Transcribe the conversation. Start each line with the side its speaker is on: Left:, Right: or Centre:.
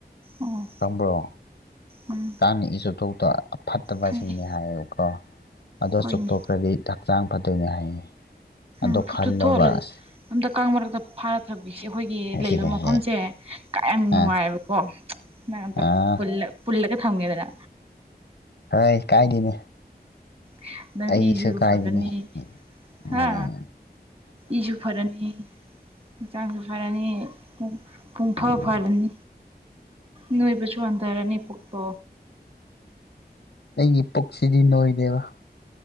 Right: ꯑꯣ
Left: <unintelligible>
Right: ꯎꯝ ꯈꯪꯉꯦ
Left: ꯑꯗꯣ
Right: ꯍꯣꯏꯅꯦ
Left: ꯆꯨꯞꯊꯣꯛꯈ꯭ꯔꯗꯤ ꯍꯛꯆꯥꯡ ꯐꯗꯣꯏꯅꯤ ꯍꯥꯏꯌꯦ ꯑꯗꯣ
Right: <unintelligible>
Left: ꯈꯜꯂꯣꯕ ꯑꯁ
Right: ꯊꯛꯁꯦ ꯑꯩꯈꯣꯏꯒꯤ
Left: ꯍꯦ
Right: ꯂꯩꯕ
Left: ꯍꯦ
Right: ꯃꯐꯝꯁꯦ
Left: ꯍꯦ
Right: ꯀꯌꯥꯝ ꯅꯨꯡꯉꯥꯏ
Left: ꯑꯥ
Right: ꯑꯕꯀꯣ ꯅꯪ ꯑꯝꯇ
Left: ꯑꯥ
Right: ꯄꯨꯜꯂꯒ ꯊꯝꯒꯦꯗꯅ
Left: <unintelligible>
Right: <unintelligible> ꯅꯪ
Left: ꯑꯩꯁꯨ
Right: ꯏꯁꯨ
Left: ꯀꯥꯏꯗꯅꯤ
Right: ꯐꯔꯅꯤ ꯍꯥ
Left: ꯎꯝ
Right: ꯏꯁꯨ ꯐꯔꯅꯤ ꯍꯟꯆꯥꯡꯁꯨ ꯐꯔꯅꯤ ꯄꯨꯡꯐꯥ
Left: ꯎꯝ
Right: ꯐꯔꯅꯤ ꯅꯣꯏꯕꯁꯨ ꯋꯥꯟꯊꯔꯅꯤ ꯄꯨꯛꯇꯣ
Left: ꯑꯩꯒꯤ ꯄꯨꯛꯁꯤꯗꯤ ꯅꯣꯏꯗꯦꯕ